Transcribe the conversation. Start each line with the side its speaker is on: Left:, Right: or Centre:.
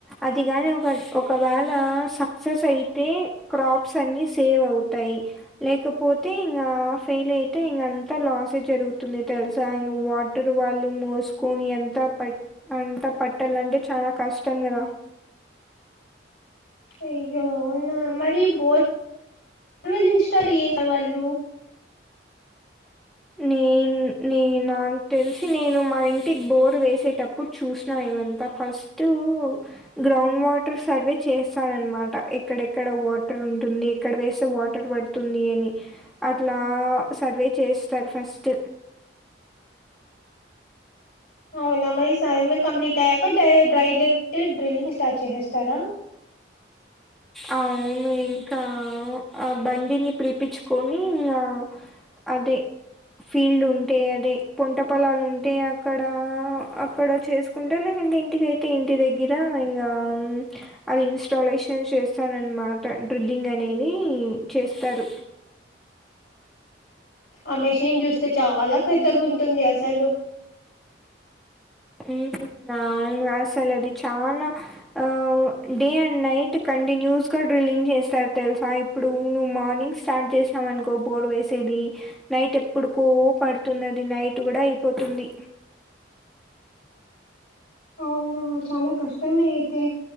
Centre: అదిగాని బట్ ఒకవ్యాళ సక్సెస్ అయితే క్రాప్స్ అన్ని సేవ్ అవ్తయి లేకపోతే ఇంగా ఫెయిల్ అయితే ఇంగా అంతా లాసే జరుగుతుంది తెల్సా ఇంగ వా అంటారు వాళ్ళు మోస్కొని అంత పే అంత పట్టాలంటే చాలా కష్టం గదా
Left: అయ్యో అవునా మరి బోర్ బోర్వేఇన్స్టాలే వాళ్ళు
Centre: నేన్ నే నాకు తెల్సి నేను మా ఇంటికి బోరు వేసేటప్పుడు చూష్నా ఇవంత ఫస్టు గ్రౌండ్ వాటర్ సర్వే చేసన్మాట ఎక్కడెక్కడ వాటర్ ఉంటుంది ఎక్కడ వేస్తే వాటర్ వడ్ తుంది అని అట్లా సర్వే చేస్తారు ఫస్ట్
Left: అవునా మరి సర్వే కంప్లీట్ అయక డ్రై డ్రెక్ట్టూ డ్రిల్లింగ్ స్టార్ట్ చేహేస్తారా
Centre: ఔను ఇంకా ఆ బండిని పిల్పించుకొనీ ఇంకా అదే ఫీల్డ్ ఉంటే అదే పోంట పొలాలు ఉంటే అక్కడా అక్కడ చేస్కు కుంటర్లో ఇంటికయితే ఇంటి దెగ్గిరా ఇంగా ఆమ్ అవి ఇన్స్టాలేషన్ చేస్తారన్మాట డ్రిల్లింగ్ అనేదీ చేస్తారు
Left: ఆ మెషిన్ జుస్తే చాలా పెద్దగుంటుంది అసలు
Centre: ఉహు అవును అసలు అది చానా ఆవ్ డే అన్ నైట్ కంటిన్యూస్ గా డ్రిల్లింగ్ చేస్తారు తెల్సా ఇప్పుడు నువ్వు మార్నింగ్ స్టార్ట్ జెస్నవనుకో బోర్ వేసేది నైట్ ఎప్పుడుకో పడుతుందండి అది నైట్ గూడా అయిపోతుంది
Left: అవునా చాలా కష్టమే అయితే